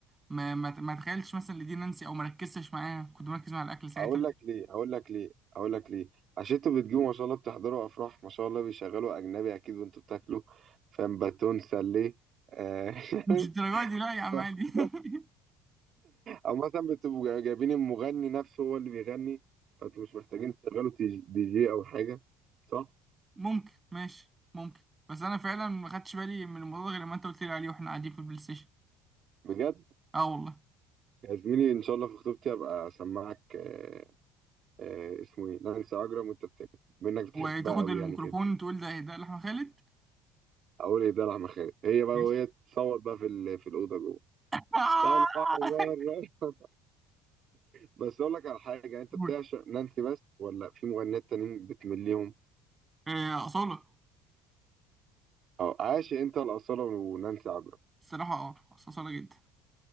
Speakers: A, on the right (about 15°); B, on the right (about 45°).
A: ما ما ما تخيلتش مثلا لدي نانسي او ما ركزتش معاها كنت مركز مع الاكل ساعتها
B: هقول لك ليه هقول لك ليه هقول لك ليه عشان انتوا بتجيبوا ما شاء الله بتحضروا افراح ما شاء الله بيشغلوا اجنبي اكيد وانتوا بتاكلوا فاهم باتون سليه آه، <laughs>
A: مش الدرجه دي لا
B: عارف؟
A: يا عم عادي <laughs>
B: او مثلا بتبقوا جا- جايبين المغني نفسه هو اللي بيغني فانتوا مش محتاجين تشغلوا تي- دي جي او حاجه صح
A: ممكن ماشي ممكن بس انا فعلا ما خدتش بالي من الموضوع ده غير لما انت قلت لي عليه واحنا قاعدين في البلاي ستيشن
B: بجد
A: اه والله
B: يا زميلي ان شاء الله في خطوبتي ابقى اسمعك آه، آه، اسمه ايه نانسي عجرم وانت بت- منك بتحبها
A: وتاخد
B: قوي
A: الميكروفون
B: يعني كده
A: تقول ده ده لأحمد خالد
B: اقول ايه ده لحمه خالد هي بقى
A: ماشي
B: وهي تصوت بقى في ال- في الاوضه جوه
A: <laughs>
B: طالعه بره
A: آه!
B: بس اقول لك على حاجه انت
A: قول.
B: بتعشق نانسي بس ولا في مغنيات تانيين بتمليهم
A: آه، أصالة
B: او عاشق انت الاصاله ونانسي عجرم
A: الصراحة اه أصالة جدا